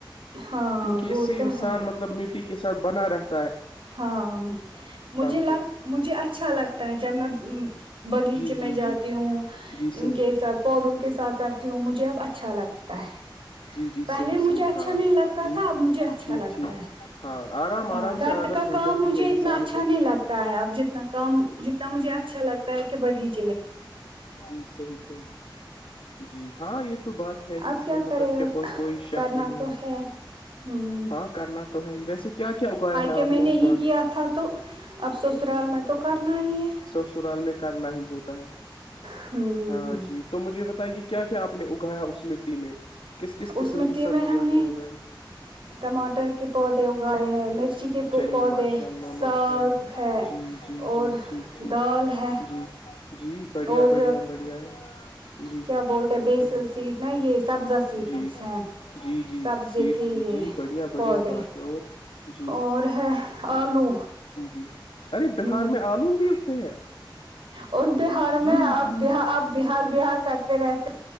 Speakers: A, on the right; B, on the left.
A: ہاں
B: کیونکہ
A: وہ
B: اس سے
A: تو
B: انسان
A: ہے
B: مطلب مٹی کے اک کے سات بنار رہا
A: ہاں مجھے لگ
B: کو
A: مجھے اچھا لگتا ہے جب میں بغی
B: جی
A: نچ میں
B: جی
A: جاتی
B: جی
A: ہوں
B: جی صحیح
A: ان کے ساتھ پودوں کے ساتھ کرتی ہوں مجھے اب اچھا لگتا ہے
B: جی جی
A: پہلے
B: صحیح
A: مجھے
B: صحیح
A: اچھا
B: ہاں
A: نہیں لگتا
B: جی
A: تھا اب مجھے اچھا
B: ٹھیک
A: لگتا
B: ٹھیک
A: ہے
B: ہاں آرام
A: ہاں
B: آرام
A: گ
B: سے عادت
A: کا
B: ہو
A: کام
B: جاتی
A: مجھے
B: ہے انسان
A: اتنا اچھا
B: کو
A: نہیں لگتا ہے اب جتنا کام جتنا مجھے اچھا لگتا ہے کہ بغیچہ
B: جی صحی صحی جی ہاں یہ تو بات ہے ہی
A: اب
B: اس میں مطلب
A: کرے
B: کیا کو کوئی شک
A: کرنا
B: نہیں
A: تو
B: ہے
A: ہ
B: ہاں کرنا تو ہے ہی ویسے کیا کیا اگایا ہے
A: کہ
B: آپ
A: میں نے
B: اس
A: ہی
B: بار
A: کیا تھا تو اب سسرال میں تو کرنا ہی ہے
B: سسرال میں کرنا ہی ہوتا ہے
A: ہ
B: ہاں جی تو مجھے یہ بتائے کہ کیا کیا آپ نے اگایا اس مٹی میں کس کس قسم
A: اس مٹی
B: کی سبزی
A: میں ہم
B: آپ نے اگائی
A: ٹماٹر کے پودے اگائے ہیں مرچی کے پودے
B: چلیے ماشاء اللہ
A: ساگ
B: ماشاء اللہ
A: ہے
B: جی جی
A: اور
B: جی ٹھیک ٹھیک
A: دال ہے
B: جی جی بڑھیا
A: اور
B: بڑھیا بڑھیا ہے جی
A: کیا بولتے بیسل
B: صحیح
A: سیڈ نا یہ سبزا سیڈس
B: جی
A: ہیں
B: جی جی
A: سبزے
B: سیٹس
A: کے ج یہ
B: بھی جی بڑھیا بڑھیا
A: پودے
B: بات ہے اور جی
A: اور ہے آلو
B: ج ارے بہار
A: ہ
B: میں آلو بھی اگتے ہیں
A: اور اس بہار
B: جی
A: میں آپ
B: جی
A: بار آپ بہار بہار کرتے رہتے